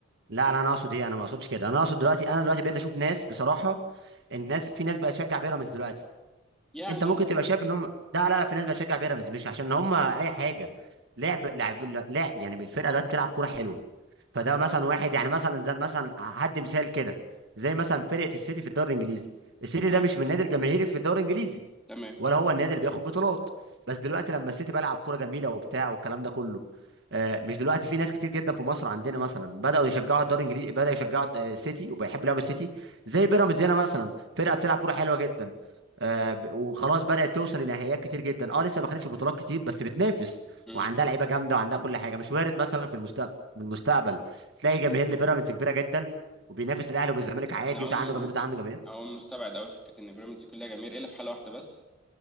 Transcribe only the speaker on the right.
لا لا انا اقصد ايه انا ما اقصدش كده انا اقصد دلوقتي انا دلوقتي بقيت اشوف ناس بصراحه الناس في ناس بقت تشجع بيراميدز دلوقتي
انت ممكن تبقى شايف ان هم ده لا لا في ناس بقت تشجع بيراميدز مش عشان هم اي حاجه لعب لعب لا يعني بالفرقه دلوقتي بتلعب كوره حلوه فده مثلا واحد يعني مثلا زي مثلا هدي مثال كده زي مثلا فرقه السيتي في الدوري الانجليزي السيتي
ده مش من النادي الجماهيري في الدوري الانجليزي
ولا هو النادي اللي بياخد بطولات بس دلوقتي لما السيتي بلعب كوره جميله وبتاع والكلام ده كله آه، مش دلوقتي في ناس كتير جدا في مصر عندنا مثلا بداوا يشجعوا الدوري الانجليزي بدا يشجعوا الد- السيتي وبيحب لعب السيتي زي بيراميدز هنا مثلا فرقه بتلعب كوره حلوه جدا آه، ب- وخلاص بدات توصل لنهائيات كتير جدا اه لسه ما خدتش بطولات كتير بس بتنافس
وعندها لعيبه جامده وعندها كل حاجه مش وارد مثلا في المستقبل في المستقبل تلاقي جماهير لبيراميدز كبيره جدا وبينافس الاهلي والزمالك عادي
وده عنده جماهير وده عنده جماهير